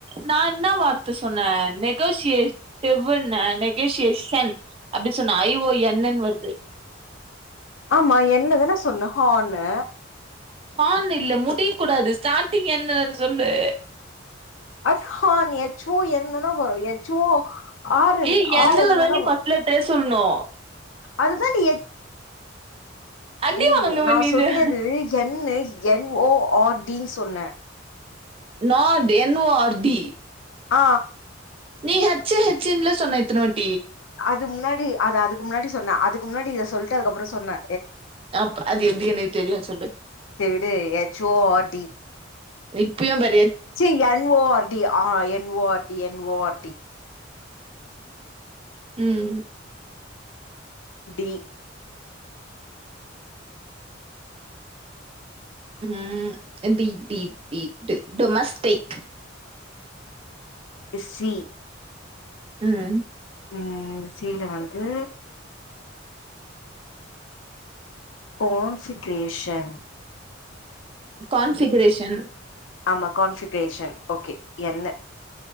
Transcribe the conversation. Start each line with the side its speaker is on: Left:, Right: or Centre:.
Right: நா இன்னா வார்த்து சொன்ன நெகோசியேடிவ்ன நெகோசியேஷன் அப்டி சொன்னா ஐ ஓ என்னுன்னு வர்து
Left: ஆமா என்னதான சொன்ன ஹன்னு
Right: ஹன்னு இல்ல முடிய கூடாது ஸ்டார்டிங் என்ன சொல்லு
Left: அது ஹ எச் ஓ என்ந்தன வரு H O R N
Right: A என்னல
Left: R என்
Right: தானே
Left: தான் வரு
Right: ஃபர்ஸ்ட் லெட்டரே சொல்ணு
Left: அதுதான்டி
Right: <inaudible>
Left: ஏய்
Right: வாங்குவ
Left: நா
Right: நீனு
Left: சொன்னது என்னு என் ஓ ஆர் டீன்னு சொன்ன
Right: நர்த என் ஓ ஆர் டீ
Left: அ
Right: நீ ஹச்சு ஹச்சுன்ல சொன்ன இத்தனவாட்
Left: அது முன்னாடி அது அதுக்கு முன்னாடி சொன்ன அதுக்கு முன்னாடி இத சொல்ட்டு அதுக்கப்புறோ சொன்ன
Right: அப் அது எப்டி எனக்கு தெரியு சொல்லு
Left: து எச் ஓ ஆர் டி
Right: இப்பயு பட்
Left: ச் என் ஓ ஆர் டி அ N O R T N O R T
Right: ம்
Left: டி
Right: ம் T T T domestic
Left: C
Right: ம்
Left: ம் சீல வந்து கோன்ஃவிகேரேஷன்
Right: கான்ஃபிகிரேஷன்
Left: ஆமா கான்ஃவிகிரேஷன் ஓகே என்னு